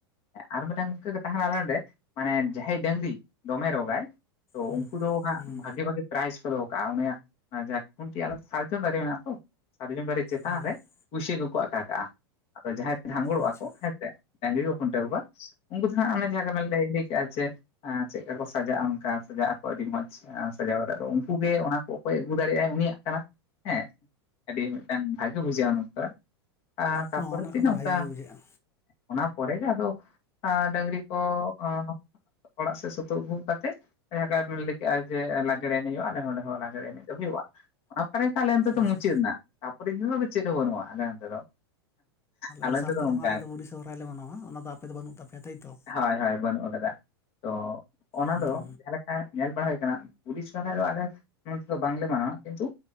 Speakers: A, on the left; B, on the left.
A: ᱟᱨ ᱢᱤᱫᱴᱟᱹᱝ ᱤᱝᱠᱟᱹ ᱜᱮ ᱛᱟᱦᱮᱸᱱᱟ ᱟᱞᱮ ᱱᱚᱸᱰᱮ ᱢᱟᱱᱮ ᱡᱟᱦᱟᱸᱭ ᱰᱟᱹᱝᱨᱤ ᱫᱚᱢᱮ ᱨᱚᱜᱟᱭᱼᱼ ᱛᱚ
B: ᱦᱩᱸ
A: ᱩᱱᱠᱩ ᱫᱚ ᱦᱟᱸᱜ
B: ᱦᱩᱸ
A: ᱵᱷᱟᱜᱤ ᱵᱷᱟᱜᱤ ᱯᱨᱟᱭᱮᱪ ᱠᱚ ᱫᱚᱦᱚ ᱠᱟᱜ-ᱟ ᱩᱱᱤᱭᱟᱜ ᱡᱟᱦᱟᱸ ᱠᱷᱩᱱᱴᱤ ᱟᱞᱮᱼᱼ ᱥᱟᱨᱡᱚᱢ ᱫᱟᱨᱮ ᱢᱮᱱᱟᱜ-ᱟ ᱛᱚ ᱥᱟᱨᱡᱚᱢ ᱫᱟᱨᱮ ᱪᱮᱛᱟᱱ
B: ᱦᱩᱸ
A: ᱨᱮ ᱯᱩᱭᱥᱟᱹ ᱠᱚᱠᱚ ᱟᱠᱟ ᱠᱟᱜ-ᱟ᱾ ᱟᱫᱚ ᱡᱟᱦᱟᱸᱭ ᱡᱷᱟᱸᱜᱲᱚᱜ-ᱟ
B: ᱟᱪᱪᱷᱟ
A: ᱠᱚ ᱦᱮᱸ ᱥᱮ ᱰᱟᱝᱨᱤ ᱠᱚ ᱠᱷᱩᱱᱴᱟᱹᱣ ᱠᱚᱣᱟ ᱩᱱᱠᱩ ᱫᱚ ᱦᱟᱸᱜ ᱚᱱᱮ ᱡᱟᱦᱟᱸ ᱜᱮᱵᱮᱱ ᱞᱟᱹᱭ ᱞᱟᱹᱭ ᱼᱼ ᱠᱮᱜᱟ ᱪᱮ ᱮᱸ ᱪᱮᱫᱠᱟ ᱠᱚ ᱥᱟᱡᱟᱜ-ᱟ ᱚᱱᱠᱟ ᱥᱟᱡᱟᱜ ᱟᱠᱚ ᱟᱹᱰᱤ ᱢᱚᱡᱽ ᱥᱟᱡᱟᱣ ᱠᱟᱛᱮ ᱫᱚ ᱩᱱᱠᱩ ᱜᱮ ᱚᱱᱟᱼᱼ ᱚᱠᱚᱭ ᱮ ᱟᱹᱜᱩ ᱫᱟᱲᱮᱭᱟᱜ-ᱟᱭ ᱩᱱᱤᱭᱟᱜ ᱠᱟᱱᱟ ᱦᱮᱸ ᱟᱹᱰᱤ ᱢᱤᱫᱴᱟᱝ ᱵᱷᱟᱜᱮ ᱵᱩᱡᱷᱟᱹᱜ-ᱟ ᱩᱱ ᱚᱠᱛᱚᱨᱮ᱾ ᱟᱸ ᱛᱟᱯᱚᱨᱮ
B: ᱦᱚᱸ ᱚᱱᱟ
A: ᱫᱤᱱ
B: ᱠᱚᱫᱚ
A: ᱚᱱᱠᱟ
B: ᱵᱷᱟᱜᱤ ᱜᱮ ᱵᱩᱡᱷᱟᱹᱜᱼᱟ
A: ᱚᱱᱟ ᱯᱚᱨᱮ ᱜᱮ ᱟᱫᱚ ᱟᱸ ᱰᱟᱝᱨᱤ ᱠᱚᱼᱼ ᱚ ᱚᱲᱟᱜ ᱥᱮᱫ ᱥᱩᱛᱩᱜ ᱟᱹᱜᱩ ᱠᱟᱛᱮ ᱡᱟᱦᱟᱸ ᱞᱮᱠᱟ ᱟᱢᱮᱢ ᱞᱟᱹᱭ ᱠᱮᱫᱼᱟ ᱡᱮ ᱞᱟᱜᱽᱲᱮ ᱮᱱᱮᱡ ᱦᱩᱭᱩᱜᱼᱟ ᱟᱞᱮ ᱚᱸᱰᱮ᱾ ᱦᱚ ᱞᱟᱜᱽᱲᱮ ᱮᱱᱮᱡ ᱫᱚ ᱦᱩᱭᱩᱜᱼᱟ᱾ ᱚᱱᱟ ᱟᱞᱮ ᱚᱱᱛᱮ ᱫᱚ ᱢᱩᱪᱟᱹᱫ
B: ᱟᱪᱪᱷᱟ
A: ᱱᱟ ᱛᱟᱯᱚᱨᱮ ᱪᱮᱫ ᱦᱚ ᱵᱟᱹᱱᱩᱜᱼᱟ ᱟᱞᱮ ᱚᱱᱛᱮ ᱫᱚ᱾ ᱟᱞᱮ
B: ᱫᱚᱥᱟᱨ
A: ᱛᱮᱫᱚ
B: ᱛᱮᱫ
A: ᱱᱚᱝᱠᱟ
B: ᱦᱚᱸ ᱟᱞᱮ
A: ᱟᱨᱠᱤ,
B: ᱫᱚ ᱵᱩᱰᱷᱤ ᱥᱚᱦᱨᱟᱭ ᱞᱮ ᱢᱟᱱᱟᱣᱟ ᱚᱱᱟ ᱫᱚ ᱟᱯᱮ ᱫᱚ ᱵᱟᱹᱱᱩᱜ ᱛᱟᱯᱮᱭᱟ ᱛᱟᱭᱛᱚ
A: ᱦᱳᱭ ᱦᱳᱭ ᱵᱟᱹᱱᱩᱜ ᱟᱠᱟᱫᱟ᱾ ᱚ ᱚᱱᱟ
B: ᱦᱩᱸ
A: ᱫᱚ ᱮ ᱧᱮᱞ ᱵᱟᱲᱟ ᱦᱩᱭ ᱟᱠᱟᱱᱟ <unintelligible> ᱫᱚ ᱟᱞᱮ ᱱᱚᱛ ᱫᱚ ᱵᱟᱝᱞᱮ ᱢᱟ ᱠᱤᱱᱛᱩ